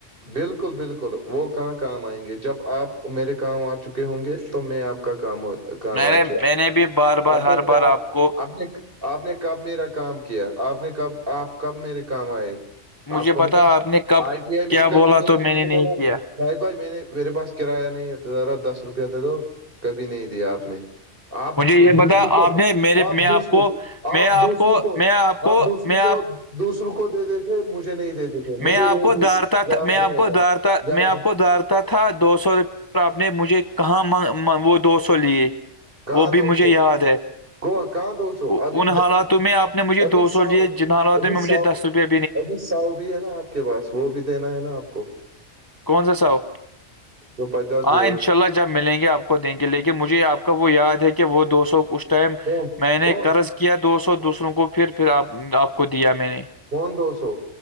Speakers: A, on the right; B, on the left.
A: بالکل بالکل وہ کہاں کام آئیں گے جب آپ میرے کام آ چکے ہوں گے تو میں آپ کا کام ہو کام
B: میں
A: آ
B: نے میں نے بھی بار بار
A: آ
B: ہر
A: نے کا
B: بار آپ کو
A: آ نے آپ نے کب میرا کام کیا آپ نے کب آپ کب میرے کام آئے
B: مجھے
A: آپ کو میں
B: بتا
A: نے
B: آپ کب
A: آئی ٹی آئی میں
B: کیا
A: ایک کری
B: بولا
A: میں
B: تو
A: نے آپ کو
B: نہیں
A: بولا
B: کیا
A: شاہد بھائی میں نے میرے پاس کرایہ نہیں ہے تو ذرا دس روپیہ دے دو کبھی نہیں دیا آپ نے آپ
B: مجھے
A: دوسروں
B: یہ بتا
A: کو
B: آپ نے میرے
A: آپ
B: میں
A: دوسروں
B: کو میں
A: آپ دوسروں کو
B: میں
A: آپ
B: کو
A: دوسروں
B: میں آپ
A: کو دوسروں کو دے دیتے تھے مجھے نہیں دےتے تھے
B: میں
A: مجھے
B: آپ
A: یہ
B: کو
A: بھی
B: دارتا
A: یاد
B: میں آ
A: رہے
B: کو
A: گا
B: دارتا
A: یاد
B: میں آ
A: رہ-
B: پکو دار تا تھا دو سو روپیہ آپ نے مجھے کہاں وہ دو سو لیے
A: کہاں
B: وہ بھی
A: دو
B: مجھے
A: سو
B: یاد ہے
A: گوا کہاں دو سو
B: وہ
A: ابھی
B: ان حالاتوں میں آپ نے مجھے
A: ابھی
B: دو
A: ساؤ
B: سو لیے جن حالاتوں
A: ابھی
B: میں مجھے
A: ساؤ
B: دس روپئے
A: ابھی سؤ بھی ہے نا آپ کے پاس وہ بھی دینا ہے نا آپ کو
B: کون سا سو
A: جو پچاس
B: ہاں
A: دیے
B: ان شاء اللہ ملیں گے آپ کو دیں گے لیکن مجھے آپ کا وہ یاد ہے کہ وہ دو سو اس ٹائم
A: کون
B: میں نے
A: کون
B: قرض کیا دو سو دوسروں کو پھر پھرپ آپ کو دیا میں نے
A: کون دو سو